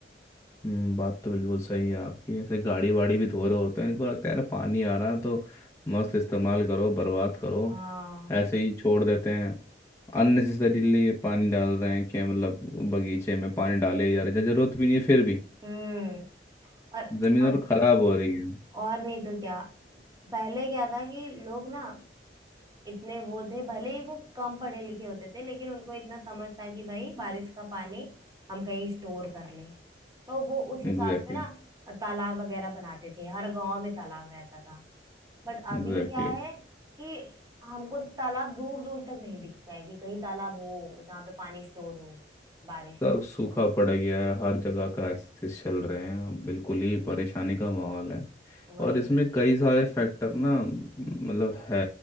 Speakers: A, on the left; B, on the right.
A: हम्म, बात तो बिल्कुल सही है आपकी ऐसे गाड़ी वाड़ी भी धो रहे होते हैं इनको लगता है यार पानी आ रहा है तो मस्त इस्तेमाल करो बर्बाद करो
B: हाँ
A: ऐसे ही छोड़ देते हैं अननेसेसरीली पानी डाल रहे हैं कि मतलब बगीचे में पानी डाले जा रहे हैं जरूरत भी नहीं है फिर भी
B: हम्म और
A: जमीन और
B: अब
A: खराब हो रही है
B: और नहीं तो क्या पहले क्या था कि लोग ना इतने वो थे भले ही वो कम पढ़े लिखे होते थे लेकिन उनको इतना समझ था कि भाई बारिश का पानी हम कहीं स्टोर कर लें तो वो उस हिसाब
A: Exactly
B: से ना तालाब वगैरह बनाते थे हर गांव में तालाब रहता था बट अभी
A: exactly
B: क्या है कि हमको तालाब दूर दूर तक नहीं दिखता है कि कहीं तालाब हो जहाँ पे पानी स्टोर हो बारिश
A: सब
B: का
A: सूखा पड़ गया है हर जगह क्राइसिस चल रहे हैं बिल्कुल ही परेशानी का माहौल है
B: वही
A: और इसमें
B: ना
A: कई सारे फैक्टर ना मतलब है